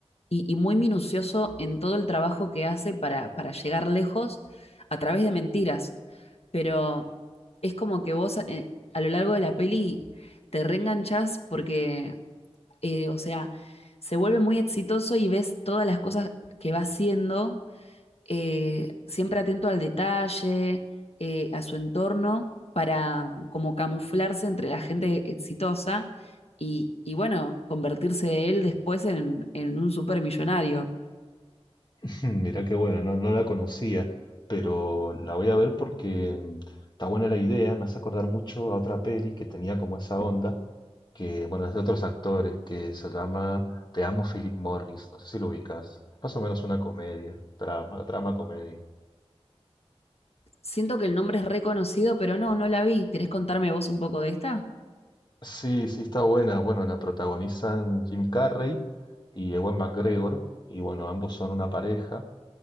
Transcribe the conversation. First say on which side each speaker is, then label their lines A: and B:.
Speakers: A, on the left; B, on the left.
A: y, y muy minucioso en todo el trabajo que hace para, para llegar lejos a través de mentiras. Pero es como que vos eh, a lo largo de la peli te reenganchás porque, eh, o sea, se vuelve muy exitoso y ves todas las cosas que va haciendo eh, siempre atento al detalle, eh, a su entorno, para como camuflarse entre la gente exitosa y, y bueno, convertirse él después en, en un supermillonario.
B: <laughs> Hmm, Mira qué bueno, no, no la conocía, pero la voy a ver porque mm, está buena la idea, me hace acordar mucho a otra peli que tenía como esa onda, que bueno, es de otros actores, que se llama Te amo Philip Morris, no sé si lo ubicas, es más o menos una comedia, drama, drama comedia.
A: Siento que el nombre es reconocido, pero no, no la vi. ¿Querés contarme vos un poco de esta?
B: Sí, sí, está buena, bueno, la protagonizan Jim Carrey y Ewan McGregor, y bueno, ambos son una pareja,